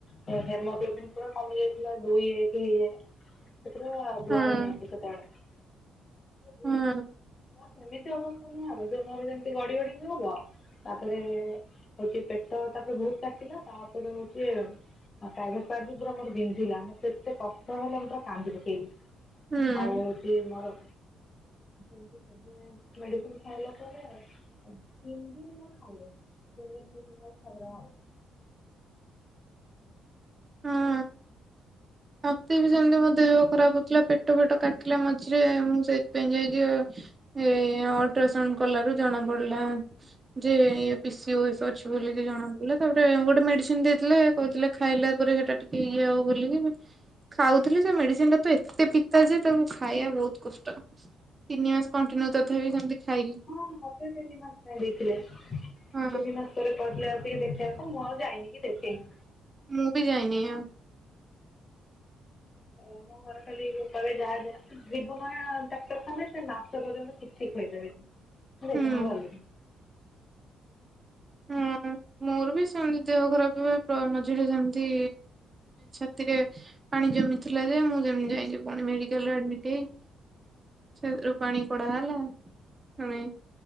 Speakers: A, on the left (about 40°); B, on the right (about 30°).
A: ତ ହେମୋଗ୍ଲୋବିନ୍ ପୁରା କମି ଯାଇଥିଲା ଦୁଇ ଏକ ସେତଟା ବ୍ଲଢ
B: ହୁଁ
A: ନିଅନ୍ତି ସେତେବେଳେ। ଝିଅ
B: ହଁ।
A: ଟା ମୋର ସେମିତି ଅବସ୍ଥା ନିଁ ଦୁନିଆରେ ଯେମତି ଗଡି ଗଡିିକି ହବ। ତାପରେ ହଉଛି ପେଟ ତାପରେ ବହୁତ କାଟିଲା ତାପରେ ହଉଛି ଆଉ ପ୍ରାଇଭେଟ ପାଟ ବି <unintelligible> ମୋର ବିନ୍ଧିଲା ମତେ ଏତେ କଷ୍ଟ ହେଲା ମୁଁ ପୁରା କାନ୍ଦି ପକେଇଲି।
B: ହୁଁ।
A: ଆଉ। ମୋର ଏବେ ଏବେ ମେଡିସିନ ଖାଇଲା ପରେ ଆଉ ତିନ ଦିନ ମୁଁ ଖାଇଲେ ତିନ ଦିନ ଖବର ହବ।
B: ହଁ। ମତେ ବି ସେମିତି ମୋ ଦେହ ଖରାପ ହଉଥିଲା ପେଟ ଫେଟ କାଟିଲା ମଝିରେ ମୁଁ ସେଇଥିପାଇଁ ଯାଇକି ଆଉ। ଏ ଅଲଟ୍ରାସାଉଣ୍ଡ କଲାରୁୁ ଜଣା ପଡିଲା ଯେ ପିସିଓଏଷ। ଅଛି ବୋଲିକି ଜଣାପଇଲା ତାପରେ ଗୋଟେ ମେଡିସିନ ଦେଇଥିଲେ କହୁଥିଲେ ଖାଇଲେ ରେ ସେଟା ଟିକେ ଇଏ ହବ ବ ବୋଲିକ। ଖାଉଥିଲି ସେ ମେଡିସିନ ଟା ତ ଏତେ ପିତା ଯେ ତାକୁ ଖାଇବା ବହୁତ କଷ୍ଟ। ତିନି ମାସ କଣ୍ଟିନ୍ୟୁ
A: ମତେ
B: ତଥାପି
A: ସେ
B: ସେମିତି ଖାଇଲି।
A: ହଁ ମତେ ତିନି ମାସ ଦେଇଦେଇଥିଲେ
B: ହଁ
A: ତିନି ମାସ ସେ କହିଲେ ଆସିକି ଦେଖେଇବାକୁ ମୁଁ ଆଉ ଯାଇନି କି ଦେଖେଇନି।
B: ମୁଁ ବି ଯାଇନି ଆଉ।
A: ଓ ମୋ ଘରେ ଖାଲି କ ଯାହା ଯା ଜୀବ ମାନ ଡାକ୍ତରଖାନେ ସେ ମାସ ପର୍ଯ୍ୟନ୍ତ କିଛି ଖୋଇଦେବେନି ଝାଇଣ
B: ହୁଁ
A: ଭଲୁ।
B: ହଁ ମୋର ବି ସେମତି ଦେହ ଖରାପ ହୁଏ ମଝିରେ ସେମତି ଛାତିରେ ପାଣି ଜମିଥିଲା ଯେ ମୁଁ ଯେମତି ଯାଇକି ପୁଣି ମେଡିକାଲରେ ଆଡ୍ମିଟ ହେଇ ଛ ରୂ ପାଣି କୋଡା ହେଲା ଶୁଣେ।